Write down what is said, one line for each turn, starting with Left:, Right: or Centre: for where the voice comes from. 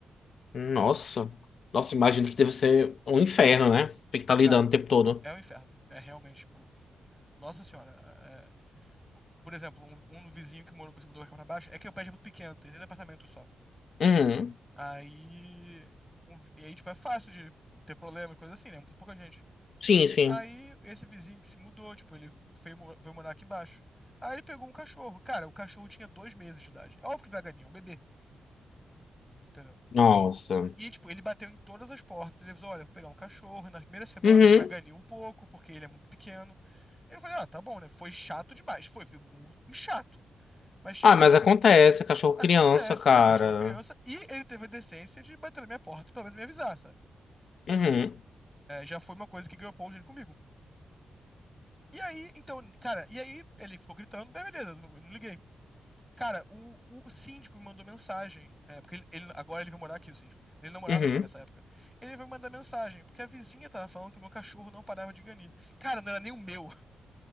Left: Nossa. Nossa, imagino que deve ser um inferno, né? Tem que estar lidando
Centre: Cara,
Left: o tempo todo.
Centre: é um inferno. É realmente, tipo, nossa senhora. é- é, Por exemplo, um, um vizinho que morou, se mudou aqui pra baixo, é que o prédio é muito pequeno, tem seis apartamentos só.
Left: Uhum.
Centre: Aí. um vi- e aí, tipo, é fácil de ter problema, coisa assim, né? Muito pouca gente.
Left: Sim, sim.
Centre: Aí, esse vizinho que se mudou, tipo, ele veio, mo- veio morar aqui embaixo. Aí ele pegou um cachorro. Cara, o cachorro tinha dois meses de idade. É Óbvio que vai ganhar, é um bebê, entendeu?
Left: Nossa.
Centre: E, tipo, ele bateu em todas as portas. Ele avisou, olha, eu vou pegar um cachorro. E na primeira semana
Left: Uhum.
Centre: ele vai ganhar um pouco, porque ele é muito pequeno. E eu falei, ah, tá bom, né? Foi chato demais. Foi, foi muito chato. Mas, tipo,
Left: Ah, mas acontece, cachorro
Centre: acontece.
Left: criança, cara.
Centre: É cachorro criança. E ele teve a decência de bater na minha porta, e pelo menos me avisar, sabe?
Left: Uhum,
Centre: É, já foi uma coisa que ganhou ponto dele comigo. E aí, então, cara, e aí ele ficou gritando, bem, beleza, eu não, eu não liguei. Cara, o, o síndico me mandou mensagem, é, porque ele, ele- agora ele veio morar aqui, o síndico. Ele não morava
Left: uhum.
Centre: aqui nessa época. Ele veio mandar mensagem, porque a vizinha tava falando que o meu cachorro não parava de ganir. Cara, não era nem o meu.